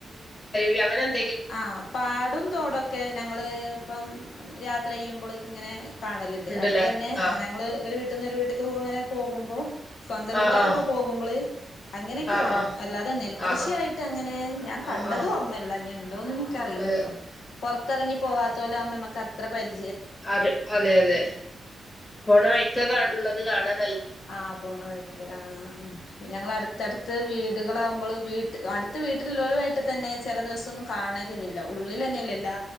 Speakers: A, on the left (about 30°); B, on the left (about 80°).
A: തിഅവരൻ
B: ആഹ് പാടും ത്തോടൊക്കെ ഞങ്ങള് ഇപ്പം യാത്ര ചെയ്യുമ്പൊള്ക്കങ്ങനെ കാണല്ണ്ട്
A: ഉണ്ടല്ലേ
B: അടുത്തന്നെ
A: ആഹ്
B: ഞങ്ങള് ഒരു വീട്ട്ന്ന് ഒരു വീട്ട്ക്ക്ങ്ങനെ പോകുമ്പ ഓഹ് സ്വന്തം
A: ആഹ്
B: വീട്ട്ക്കൊക്കെ
A: ആഹ്
B: പോകുമ്പള് അങ്ങനെയൊക്കെ
A: ആഹ്
B: കാണും
A: ആഹ്
B: അല്ലാതെ നെൽകൃഷി
A: ആഹ് ആഹ്
B: ആയിട്ടങ്ങനെ ഞാൻ കണ്ടതോർമ്മല്ല
A: ആഹ് ആഹ്
B: ഞ് ണ്ട് ഒന്നുൻക്കറീലട്ടൊ
A: അതെ
B: പൊർത്തർങ്ങി പോവാത്തോലാ മ്മക്ക് അത്ര പര്
A: അത് അതെ അതെ പോണ വൈക്കകാ ള്ളത് കാണാ
B: ആഹ് പോണവൈക്കല് ആ ആപിന്നെ ഞങ്ങളട്‌ത്തട്‌ത്ത് വീടുകളാവു വള് വീട്ട് അടുത്ത വീട്ടിലുള്ളരുമായിട്ടതെന്നെ ചില ദിവസൊന്നും കാണലില്ലല്ലോ ഉള്ളിലെന്നെയല്ലെ എല്ലാ